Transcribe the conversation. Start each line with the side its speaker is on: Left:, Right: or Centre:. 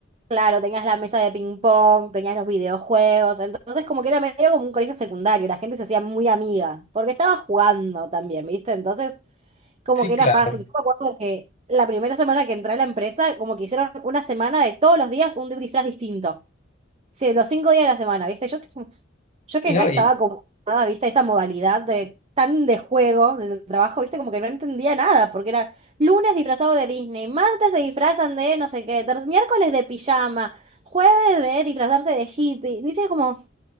Right: claro, tenías la mesa de ping pong, tenías los videojuegos, entonces como que era medio como un colegio secundario, la gente se hacía muy amiga, porque estaba jugando también, ¿viste? Entonces como
Left: Sí,
Right: que era
Left: claro.
Right: fácil. Yo me acuerdo que la primera semana que entré a la empresa, como que hicieron una semana de todos los días un disfraz distinto. Sí, los cinco días de la semana, ¿viste? Yo, yo que
Left: Y no,
Right: no estaba
Left: y
Right: como nada, ¿viste? Esa modalidad de tan de juego del trabajo, ¿viste? Como que no entendía nada, porque era lunes disfrazado de Disney, martes se disfrazan de no sé qué, ter- miércoles de pijama, jueves de disfrazarse de hippie. Dices como,